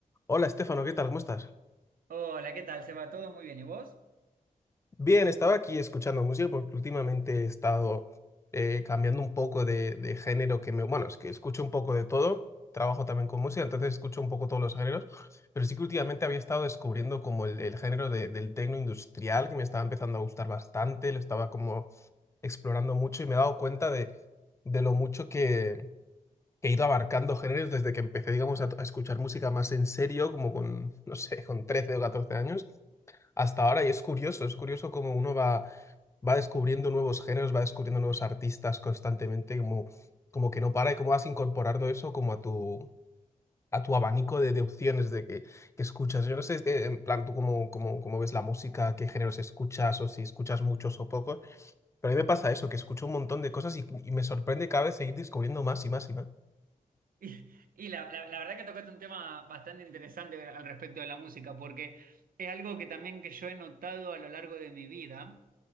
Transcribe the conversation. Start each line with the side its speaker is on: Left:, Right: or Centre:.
Left: Hola, Estefano, ¿qué tal? ¿Cómo estás?
Right: Hola, ¿qué tal, Seba? ¿Todo muy bien? ¿Y vos? <laughs>
Left: Bien, estaba aquí escuchando música porque últimamente he estado eh, cambiando un poco de, de género que me... Bueno, es que escucho un poco de todo, trabajo también con música, entonces escucho un poco todos los géneros, pero sí que últimamente había estado descubriendo como el, el género de- del techno industrial que me estaba empezando a gustar bastante, lo estaba como explorando mucho y me he dado cuenta de, de lo mucho que, que he ido abarcando géneros desde que empecé, digamos, a, a escuchar música más en serio, como con, no sé, con trece o catorce años. hasta ahora y es curioso, es curioso cómo uno va, va descubriendo nuevos géneros, va descubriendo nuevos artistas constantemente, como, como que no para y cómo vas incorporando eso como a tu, a tu abanico de, de opciones de que, que escuchas. Yo no sé, este, en plan, tú cómo, cómo, cómo ves la música, qué géneros escuchas o si escuchas muchos o pocos, pero a mí me pasa eso, que escucho un montón de cosas y, y me sorprende cada vez seguir descubriendo más y más y más.
Right: Y, y la, la- la verdad que tocaste un tema bastante interesante al respecto de la música, porque es algo que también que yo he notado a lo largo de mi vida,